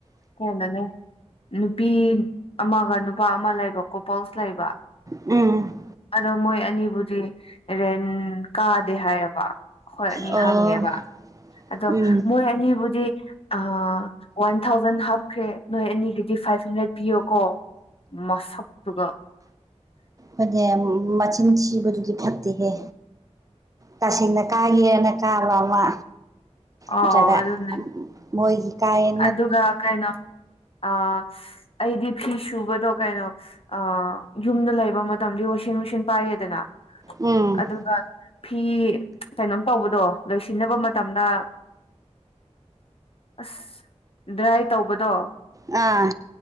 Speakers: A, on the left; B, on the right.
A: ꯍꯣꯡꯉꯥꯅꯦ ꯅꯨꯄꯤ ꯑꯃꯒ ꯅꯨꯄꯥ ꯑꯃ ꯂꯩꯕ ꯀꯣꯄꯜꯁ ꯂꯩꯕ
B: ꯎꯝ
A: ꯑꯗꯣ ꯃꯣꯏ ꯑꯅꯤꯕꯨꯗꯤ ꯔꯦꯟ ꯀꯥꯗꯦ ꯍꯥꯏꯔꯕ ꯍꯈꯣꯏ ꯑꯅꯤ
B: ꯑꯣ
A: ꯍꯪꯉꯦꯕ ꯑꯗꯣ
B: ꯎꯝ
A: ꯃꯣꯏ ꯑꯅꯤꯕꯨꯗꯤ ꯑ ꯋꯥꯟ ꯊꯥꯎꯖꯟ ꯍꯥꯞꯈ꯭ꯔꯦ ꯅꯣꯏ ꯑꯅꯤꯒꯤꯗꯤ ꯐꯥꯏꯐ ꯍꯟꯗ꯭ꯔꯦꯠ ꯄꯤꯌꯣ ꯀꯣ ꯃꯥꯁꯛꯇꯨꯒ
B: <unintelligible> ꯃꯆꯤꯟ ꯊꯤꯕꯗꯨꯗꯤ ꯐꯠꯇꯦꯍꯦ ꯇꯁꯦꯡꯅ ꯀꯥꯒꯦꯅ ꯀꯥꯕ ꯑꯃ
A: ꯑ
B: ꯅꯠꯇ꯭ꯔꯒ
A: ꯑꯗꯨꯅꯦ
B: ꯃꯣꯏꯒꯤ ꯀꯥꯏ
A: ꯑꯗꯨꯒ ꯀꯩꯅꯣ ꯑ ꯑꯩꯗꯤ ꯐꯤ ꯁꯨꯕꯗꯣ ꯀꯩꯅꯣ ꯑ ꯌꯨꯝꯗ ꯂꯩꯕ ꯃꯇꯝꯗꯤ ꯋꯥꯁꯤꯡ ꯃꯦꯁꯤꯟ ꯄꯥꯏꯌꯦꯗꯅ
B: ꯎꯝ
A: ꯑꯗꯨꯒ ꯐꯤ ꯀꯩꯅꯣꯝ ꯇꯧꯕꯗꯣ ꯂꯣꯏꯁꯤꯟꯅꯕ ꯃꯇꯝꯗ ꯑꯁ ꯗ꯭ꯔꯥꯏ ꯇꯧꯕꯗꯣ
B: ꯑꯥ